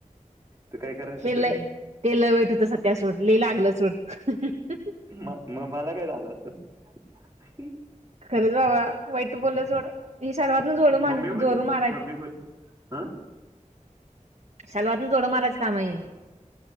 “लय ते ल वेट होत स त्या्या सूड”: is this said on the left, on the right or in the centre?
Right